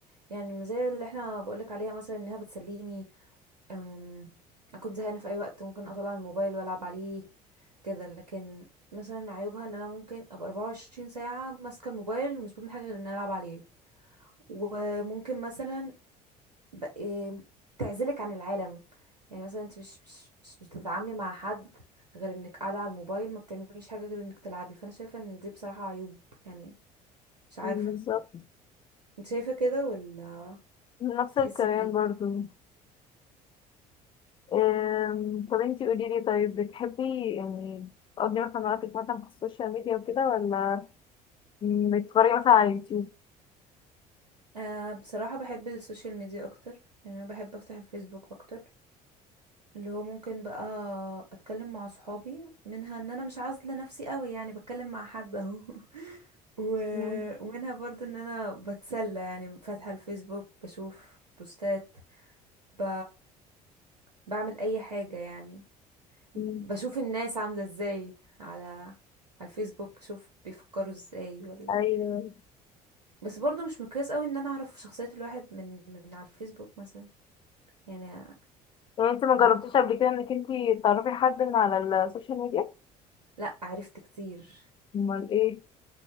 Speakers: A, on the right; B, on the left.
A: يعني المزايا اللي احنا بقولك عليها مثلا انها بتسليني أم... انا كنت زهقانة في اي وقت ممكن اطلع الموبايل والعب عليه كده لكن مثلا عيوبها ان انا ممكن ابقى 24 ساعة ماسكة الموبايل ومش بعمل حاجة غير ان أنا العب عليه وممكن مثلا ب... إيه، تعزلك عن العالم يعني مثلا انت مش مش مش بتتعاملي مع حد غير انك قاعده على الموبايل ما بتعمليش حاجه غير انك تلعبي فانا شايفه ان دي بصراحه عيوب يعني مش عارفه
B: مم، بالظبط
A: انت شايفه كده ولا
B: نفس
A: بتحسي
B: الكلام
A: بايه
B: برضو أم، طب انتي قولي لي طيب بتحبي يعني تقضي مثلا وقتك مثلا في السوشيال ميديا وكده ولا بتتفرجي مثلا على اليوتيوب
A: آه بصراحه بحب السوشيال ميديا اكتر يعني انا بحب افتح الفيسبوك اكتر اللي هو ممكن بقى اتكلم مع صحابي منها ان انا مش عازله نفسي قوي يعني بتكلم مع حد اهو <laughs> و...
B: مم،
A: ومنها برضو ان انا بتسلى يعني فاتحه الفيسبوك بشوف بوستات ب... بعمل اي حاجة يعني بشوف
B: مم،
A: الناس عاملة ازاي على على الفيسبوك بشوف بيفكروا ازاي ولا
B: ايوه
A: بس برضو مش مقياس قوي ان انا اعرف شخصية الواحد من من على الفيسبوك مثلا يعني
B: يعني انتي ما
A: بيكو...
B: جربتيش قبل كده انك انتي تعرفي حد من على السوشيال ميديا
A: لا عرفت كتير
B: امال ايه